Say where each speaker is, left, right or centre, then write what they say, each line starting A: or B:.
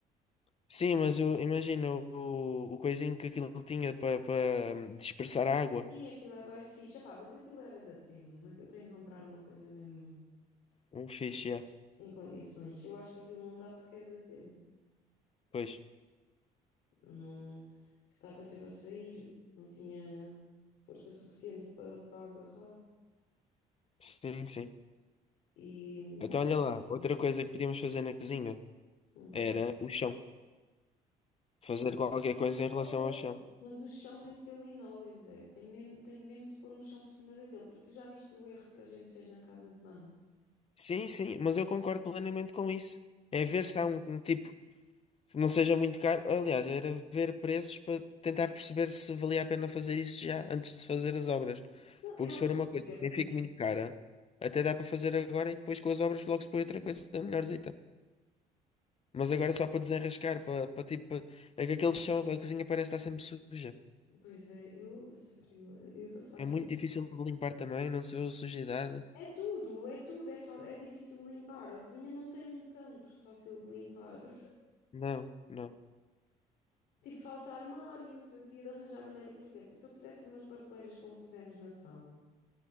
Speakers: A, on the left; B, on the left.
A: Sim, mas o, imagina o, o o coisinho que aquilo tinha para dispersar a água.
B: Sim, aquilo é bem fixe. Epá, mas aquilo era da Temo. Aqui- Eu tenho que comprar uma coisa mesmo
A: Um fixe, yeah.
B: em condições. Eu acho que aquilo não dá porque era da Temo.
A: Pois.
B: Eu não. Aquilo estava sempre a sair. Não tinha força suficiente para para agarrar.
A: Sim, sim.
B: E.
A: Então olha lá, outra coisa que podíamos fazer na cozinha
B: hum,
A: era o chão. Fazer qualquer coisa em relação
B: Oh.
A: ao chão.
B: Mas o chão tem de ser linóleo, Zé. Tenho mesmo, tenho mesmo de pôr um chão por cima daquele, porque tu já viste o erro que a gente fez na casa de banho.
A: Sim, sim, mas eu concordo plenamente com isso. É ver se há um, um tipo. não seja muito caro. Aliás, era ver preços para tentar perceber se valia a pena fazer isso já antes de se fazer as obras.
B: Não,
A: Porque
B: eu
A: se
B: acho
A: for uma
B: que, por
A: coisa
B: exemplo,
A: que nem fique muito cara, até dá para fazer agora e depois com as obras logo se põe outra coisa melhorzita. Mas agora só para desenrascar, para, para tipo. pa- É que aquele chão, a cozinha parece estar sempre suja.
B: Pois é, eu, a sério, olha, eu estou farta.
A: É muito difícil de limpar também, não se vê a sujidade.
B: É tudo, é tudo, é, fa- é difícil de limpar. A cozinha não tem um canto fácil de limpar. <laughs>
A: Não, não.
B: Tipo, falta armários, eu devia de arranjar maneira, por exemplo, se eu pusesse umas prateleiras como pusemos na sala,